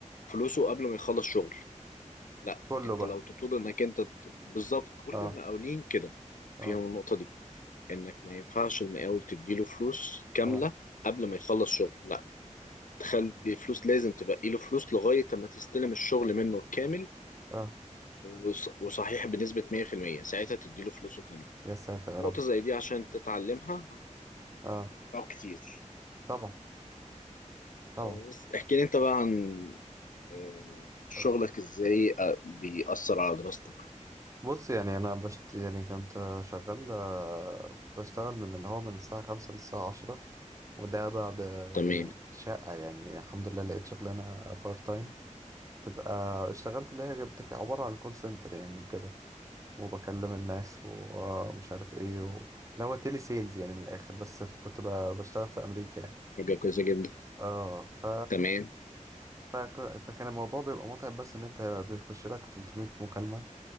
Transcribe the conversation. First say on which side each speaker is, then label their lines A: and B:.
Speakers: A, on the left (about 85°); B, on the right (about 25°).
A: فلوسه قبل ما يخلص شغل لا
B: كله
A: انت
B: بقى
A: لو تطول انك انت ت- بالظبط كل
B: اه
A: المقاولين كده
B: اه
A: فيهم النقطة دي انك ما ينفعش المقاول تديله فلوس كاملة
B: اه
A: قبل ما يخلص شغل لا تخلي فلوس لازم تبقى له فلوس لغاية ما تستلم الشغل منه كامل
B: اه
A: وص- وصحيح بنسبة 100% ساعتها تديله فلوسه كاملة
B: يا ساتر يا
A: نقطة
B: رب
A: زي دي عشان تتعلمها
B: اه
A: أو كتير
B: طبعا طبعا
A: آه، بس احكي لي انت بقى عن آه، شغلك
B: آه،
A: ازاي آه، بيأثر على دراستك
B: بص يعني انا بشت يعني كنت آه، شغال آه، بشتغل من اللي هو من الساعة خمسة للساعة عشرة وده بعد آه،
A: تمام
B: يعني شقة يعني الحمد لله لقيت شغلانة بارت تايم تبقى اشتغلت اللي هي بتك- عبارة عن كول سنتر يعني وكده وبكلم الناس ومش عارف ايه و... لا هو تيلي سيلز يعني من الاخر بس ف- كنت ب- بشتغل في امريكا يعني
A: حاجة كويسة جدا
B: اه ف...
A: تمام
B: فك... فكان الموضوع بيبقى متعب بس ان انت بيخش لك 300 مكالمة